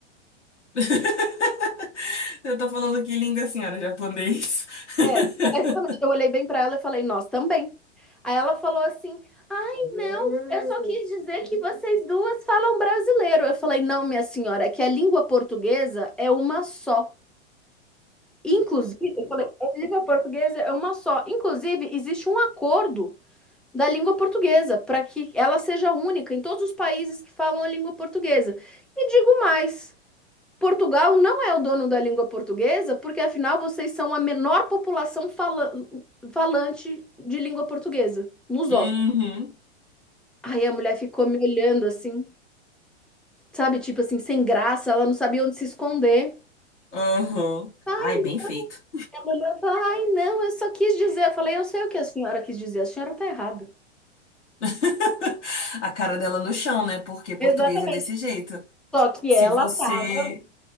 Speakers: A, on the left (about 80°); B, in the centre.
A: <laughs> Eu tô falando que língua, senhora? Japonês. <laughs>
B: É, exatamente. Eu olhei bem pra ela e falei, nós também. Aí ela falou assim: ai, não, eu só quis dizer que vocês duas falam brasileiro. Eu falei, não, minha senhora, é que a língua portuguesa é uma só. Inclusive, eu falei, a língua portuguesa é uma só. Inclusive, existe um acordo da língua portuguesa para que ela seja única em todos os países que falam a língua portuguesa. E digo mais. Portugal não é o dono da língua portuguesa, porque afinal vocês são a menor população fala- falante de língua portuguesa, lusófona.
A: Uhum.
B: Aí a mulher ficou me olhando assim, sabe, tipo assim, sem graça, ela não sabia onde se esconder.
A: Uhum.
B: Ai,
A: Ai, bem feito.
B: Ela olhou e falou: Ai, não, eu só quis dizer. Eu falei: Eu sei o que a senhora quis dizer, a senhora tá errada.
A: <laughs> A cara dela no chão, né? Porque português
B: Exatamente.
A: é desse jeito.
B: Só que
A: Se
B: ela
A: você.
B: tava,